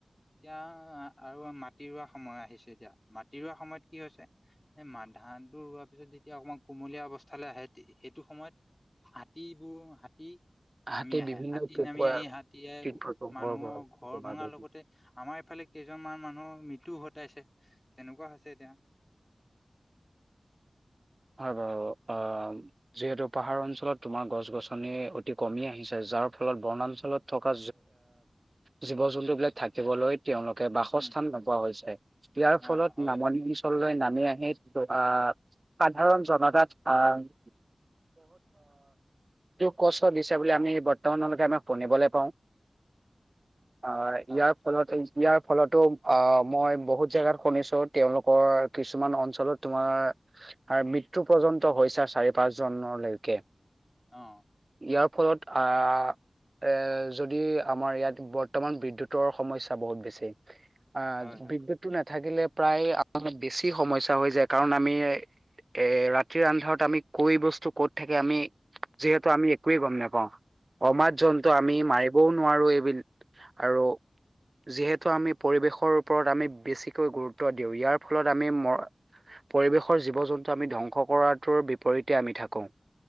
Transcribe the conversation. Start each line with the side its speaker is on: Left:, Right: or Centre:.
Left: এতিয়া আৰু মাটি ৰোৱা সময় আহিছে এতিয়া মাটি ৰোৱা সময়ত কি হৈছে এ ম ধানটো ৰোৱাৰ পিছত যেতিয়া অকণমান কুমলীয়া অৱস্থালৈ আহে সেইটো সময়ত হাতীবোৰ হাতী
Right: হাতে
Left: নামি আহে
Right: বিভিন্ন
Left: হাতী
Right: পোক
Left: নামি আহি হাতীয়ে
Right: কীট প্ৰকোপৰ
Left: মানুহৰ
Right: পৰা
Left: ঘৰ
Right: তোমাৰ
Left: ভঙাৰ
Right: যদি
Left: লগতে আমাৰ এইফালে কেইজনমান মানুহৰ মৃত্যু ঘটাইছে তেনেকুৱা হৈছে এতিয়া
Right: হয়, বাৰু অ যিহেতু পাহাৰ অঞ্চলত তোমাৰ গছ গছনি অতি কমি আহিছে যাৰ ফলত বনাঞ্চলত থকা জীৱ জন্তু বিলাক থাকিবলৈ তেওঁলোকে বাসস্থান
Left: উম
Right: নোপোৱা হৈছে, ইয়াৰ
Left: অ
Right: ফলত
Left: হয়
Right: নামনি
Left: হয়
Right: অঞ্চললৈ নামি আহি আহ <unintelligible> এই কষ্ট দিছে বুলি আমি বৰ্তমানলৈকে আমাক শুনিবলৈ পাওঁ অ',
Left: হয়
Right: ইয়াৰ ফলত ইয়াৰ ফলতো আহ মই বহুত জেগাত শুনিছোঁ, তেওঁলোকৰ কিছুমান অঞ্চলত তোমাৰ আৰু মৃত্যু পৰ্যন্ত হৈছে চাৰি পাঁচ জনলৈকে
Left: অ'
Right: ইয়াৰ ফলত অ' এই যদি আমাৰ ইয়াত বৰ্তমান বিদ্যুতৰ সমস্যা বহুত বেছি। আহ
Left: হয় হয়
Right: বিদ্যুতটো নাথাকিলে প্ৰায় বেছি সমস্যা হৈ যায় কাৰণ আমি এ ৰাতিৰ আন্ধাৰত আমি কৈ বস্তু ক'ত থাকে আমি যিহেতু আমি একোৱে গম নোপাও। অমাজ জন্তু আমি
Left: এইটো
Right: মাই বৌন নোৱাৰো এইবিল আৰু যিহেতু আমি পৰিৱেশৰ ওপৰত আমি বেছিকৈ গুৰুত্ব দিওঁ ইয়াৰ ফলত আমি মৰ পৰিৱেশৰ জীৱ জন্তু আমি ধ্বংস কৰাটোৰ বিপৰীতে আমি থাকো।